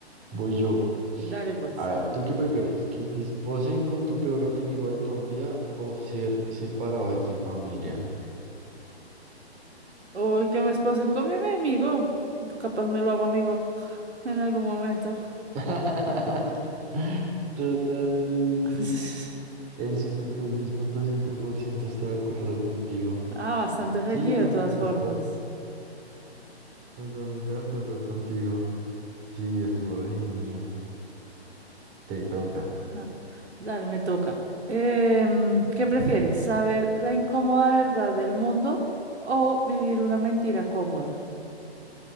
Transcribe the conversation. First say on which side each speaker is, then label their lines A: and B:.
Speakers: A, on the right; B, on the right.
A: Voy yo.
B: Dale, pues.
A: A ver, ¿tú qué prefieres? ¿Que te esposen con tu peor enemigo de por vida o ser separado de tu familia?
B: Uy, que me esposen con mi amigo. Capaz me lo hago amigo <laughs> en algún momento.
A: <laughs> Total, sí, sí,
B: <laughs>
A: sí. El cincuenta y seis punto siete por ciento está de acuerdo contigo.
B: Ah, bastante reñido
A: Sí, yo también,
B: de todas formas.
A: total. Totalmente de acuerdo contigo. Sí, estuvo niño. Te toca.
B: Ah, Dale, me toca. Em, ¿qué prefieres?
A: Mm.
B: ¿Saber la incómoda verdad del mundo o vivir una mentira cómoda?